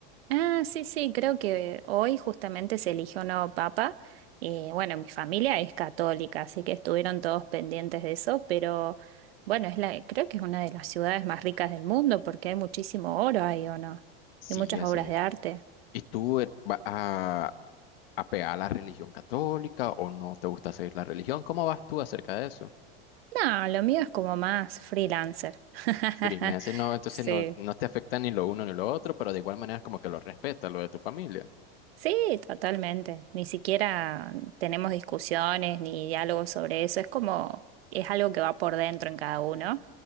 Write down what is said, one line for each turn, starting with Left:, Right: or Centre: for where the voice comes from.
Right: Ah, sí, sí, creo que hoy justamente se eligió un nuevo papa. Eh, bueno, mi familia es católica, así que estuvieron todos pendientes de eso, pero bueno, es la, creo que es una de las ciudades más ricas del mundo porque hay muchísimo oro ahí, ¿o no?
Left: Sí,
Right: Y muchas
Left: así
Right: obras
Left: es.
Right: de arte.
Left: ¿Y tú eh, vas a apegar a la religión católica o no te gusta seguir la religión? ¿Cómo vas tú acerca de eso?
Right: No, lo mío es como más freelancer. <laughs>
Left: Freelance, no, entonces
Right: Sí.
Left: no, no te afecta ni lo uno ni lo otro, pero de igual manera es como que lo respeta, lo de tu familia.
Right: Sí, totalmente. Ni siquiera tenemos discusiones ni diálogos sobre eso. Es como, es algo que va por dentro en cada uno.